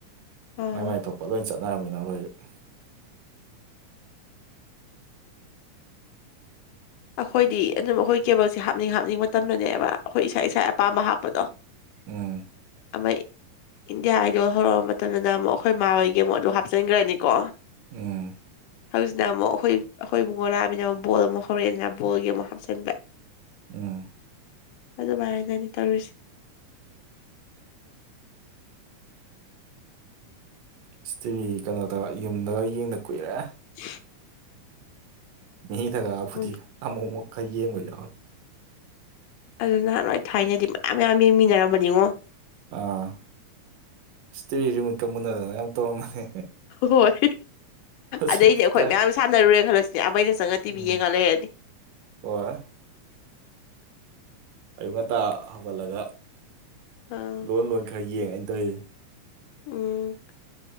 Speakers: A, on the left; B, on the right.
A: ꯑꯥ
B: ꯃꯥꯏ ꯃꯥꯏ ꯊꯣꯛꯄ ꯂꯣꯏ ꯆꯠ <unintelligible>
A: ꯑꯩꯈꯣꯏꯗꯤ ꯑꯗꯨꯝ ꯑꯩꯈꯣꯏ ꯀꯦꯕꯜꯁꯦ ꯍꯥꯞꯅꯤꯡ ꯍꯥꯞꯅꯤꯡꯕ ꯃꯇꯝꯗꯨꯅꯦꯕ ꯑꯩꯈꯣꯏ ꯏꯁꯥ ꯏꯁꯥ ꯑꯄꯥꯝꯕ ꯍꯥꯞꯄꯗꯣ
B: ꯎꯝ
A: ꯑꯃ ꯏꯟꯗꯤꯌꯥ ꯑꯥꯏꯗꯣꯜ ꯍꯧꯔꯛꯑ ꯃꯇꯝꯗꯅ ꯑꯃꯨꯛ ꯑꯩꯈꯣꯏ ꯃꯥꯥ ꯍꯣꯏꯒꯤ ꯃꯣꯠꯇꯣ ꯍꯥꯞꯆꯤꯟꯈ꯭ꯔꯅꯤꯀꯣ
B: ꯎꯝ
A: ꯍꯧꯖꯤꯛꯁꯤꯅ ꯑꯃꯨꯛ ꯑꯩꯈꯣꯏ ꯑꯩꯈꯣꯏꯕꯨꯨꯡ ꯉꯣꯔꯥꯑꯃꯤꯅ ꯑꯃꯨꯛ ꯕꯣꯜ ꯑꯃꯛ ꯍꯧꯔꯛꯑꯦ ꯑꯗꯨꯅ ꯕꯣꯜꯒꯤ ꯑꯃꯨꯛ ꯍꯥꯞꯆꯤꯟꯕ
B: ꯎꯝ
A: ꯑꯗꯨꯃꯥꯏꯅꯅꯤ ꯇꯧꯔꯤꯁꯦ
B: ꯑꯁ ꯇꯤꯚꯤ ꯀꯩꯅꯣꯗ ꯌꯨꯝꯗꯒ ꯌꯦꯡꯗ ꯀꯨꯏꯔꯦ
A: <inaudible>
B: ꯃꯤ ꯊꯒꯔ ꯐꯨꯊꯤ
A: ꯎꯝ
B: ꯑꯃꯨꯛ ꯑꯃꯨꯛꯀ ꯌꯦꯡꯕ ꯌꯥꯎꯋꯦ
A: ꯑꯗꯨ ꯅꯍꯥꯟꯋꯥꯏ ꯊꯥꯏꯅꯗꯤ ꯃꯌꯥꯝ ꯃꯌꯥꯝ ꯌꯦꯡꯃꯤꯟꯅꯔꯝꯕꯅꯤꯉꯣ
B: ꯑꯥ ꯁ꯭ꯇꯦꯌ ꯔꯤꯃꯨꯠ ꯀꯃꯨꯅꯦꯜꯅ ꯌꯥꯝ ꯇꯧꯔꯝꯕꯅꯤ
A: ꯍꯣꯏ
B: ꯍꯧꯖꯤꯛꯇꯤ
A: ꯑꯗꯩꯗꯤ ꯑꯩꯈꯣꯏ
B: ꯀꯥꯏ
A: ꯃꯌꯥꯝ ꯁꯥꯟꯅꯔꯨꯔꯦꯅ ꯈꯜꯂꯁꯤꯅꯦ ꯑꯩꯅ ꯆꯪꯉꯛꯑ ꯇꯤꯕꯤ
B: ꯎꯝ
A: ꯌꯦꯡꯒ ꯂꯩꯔꯗꯤ <inaudible>
B: ꯍꯣꯏ
A: <unintelligible>
B: ꯑꯌꯨꯛ ꯉꯟꯇꯥ ꯍꯧꯒꯠꯂꯒ
A: ꯑꯥ
B: ꯂꯣꯟ ꯂꯣꯟ ꯈꯔ ꯌꯦꯡ ꯑꯩꯅ ꯇꯧꯔꯤꯅꯤ
A: ꯎꯝ